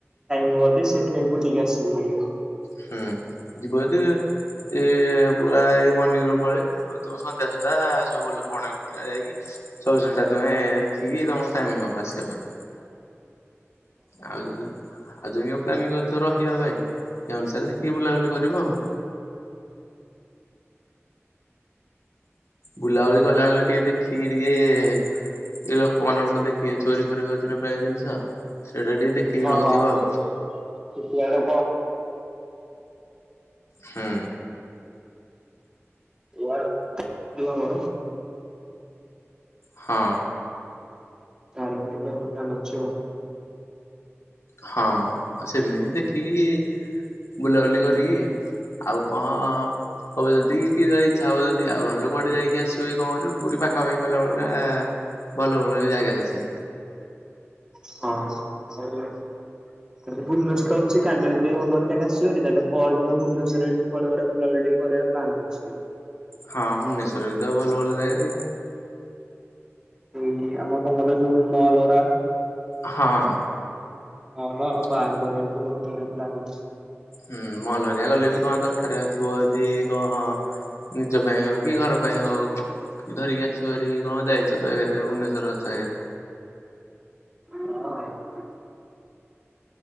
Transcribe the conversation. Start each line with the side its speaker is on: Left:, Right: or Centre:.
Right: ଆଇ ଅଧ ସେଠୁଆ ବୁଲିକି ଆସିବୁ।
Left: ହୁଁ ଯିବ ଯ ଏ ପୁରା ଏଇ ମର୍ଣ୍ଣିିଂ ରୁ ପଳେଇଲ ତ ସନ୍ଧ୍ୟା ସୁଦ୍ଧା ସବୁ ବ କଣା ଫୁଣ ଯାଇକି ସବୁ ଟା ତମେ ଦେଖିକି ତମକୁ ଟାଇମ ହବ ଆସିବା ପାଇଁ। ଆଉ ଆଉ ଦ ପ୍ଲାନ କରଥିବ ରହିବା ପାଇଁ ସେ ଅନୁସାରେ ଦେକଏ ବୁଲାବୁଲି କରିବ ଆଉ। ବୁଲାବୁଲି କଲା ବଳେ ଟିକେ ଦେଖିକି ଟିକେ ଏଇ ଲୋକ ମ ଗୋଟେ ଦେଖିବେ ଚୋରି ଫୋରି ହଉଥିଲା ପ୍ରାୟ ଜିନିଷ ସେଇଟା ଟିକେ ଦେଖିକି
Right: ହଁ
Left: ରହୁଥିବ ଆଉ
Right: କ କହଲେ
Left: ହୁଁ
Right: <inaudible> ମର
Left: ହଁ।
Right: ଚାର ଦୋକାନ ଅଛି
Left: ହଁ ଆ ସେମିତି ଦେଖିକି ବୁଲାବୁଲି କରିକି ଆଉ କଣ ହବ ଯଦି କିଇ୍ଛା ହବ ଯଦି ଆଉ ନହେଲେ କୁଆଡେ ଯାଇକି ଆସିବ କଣ କରିବ ପୁରୀ ପାଖାପଖିଲାବେଳେ ଭଲ ଭଲ ବି ଜାଗା ଅଛି
Right: ହଁ ଆ ତାେ ଭୁବନେଶ୍ୱର ଅଛି କାଲି ଯିବହଲେ କାଲି ଆସିବି ତାେଲେ ପର ଦିନ ଭୁବନେଶ୍ୱର ଏଠି କଡେ ବଡ ବୁଲାବୁଲି ଟିକଏ କରିବା ପ୍ଲାନ୍ ଅଛି
Left: ହଁ ଭୁବନେସ୍ୱରେତ ଭଲ ଭଲ ଜାଗା
Right: ଏଇ ଆମ କଙ୍ଗଲ ଯୋଉ ମଲରା
Left: ହଁ
Right: ହଉ କାର
Left: ହଁ
Right: ପ୍ଲାନ
Left: ହୁଁ ମଲହରିଆ ଗଲେ ବି କଣ ଦରକାରଥିବ ଯଦି କଣ ନିଜ ପାଇଁ ହଉ କି ଘର ପାଇଁ ହଉ କଣ ଧରିକି ଆସିବ ଧିକି କଣ ଯାଇଛ ତୁ ଏକାରେ ଭୁବନେଶ୍ରରେଛ ଏକ
Right: <inaudible>